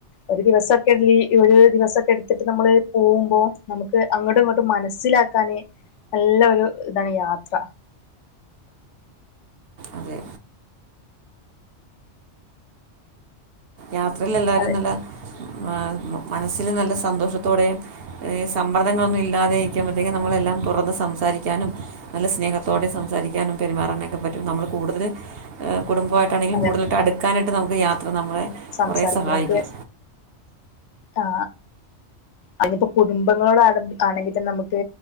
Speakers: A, on the left; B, on the right.
A: ഒരു ദിവസൊക്കൊള്ളി ഒരു ദിവസൊക്കെ എടുത്തിട്ട് നമ്മള് പോകുമ്പോ നമുക്ക് അങ്ങൊടും ഇങ്ങോട്ടും മനസ്സിലാക്കാന് നല്ല ഒരു ഇതാണ് യാത്ര
B: അതെ യാത്രേല് എല്ലാരും
A: അതെ
B: നല്ല ആ മനസ്സില് നല്ല സന്തോഷത്തോടേയും ഏ സമ്മർദ്ദങ്ങളൊന്നുമില്ലാതെ ഇരിക്കുമ്പത്തേക്കും നമ്മളെല്ലാം തൊറന്നുസംസാരിക്കാനും നല്ല സ്നേഹത്തോടെ സംസാരിക്കാനും പെരുമാറാനൊക്കെപറ്റും നമ്മള് കൂടുതല് എ കുടുംബമായി ട്ടാണെങ്കിലും
A: അതെ
B: കൂടുതലായിട്ട് അടുക്കാനായിട്ട് നമുക്കുയാത്ര നമ്മളെ
A: സംസാരിക്കുന്ന
B: കുറേ സഹായിക്കും
A: നമുക്ക് ആ അയിനിപ്പോ കുടുംബങ്ങളോടാണെങ്കി ആണെങ്കിതന്നെനമുക്ക്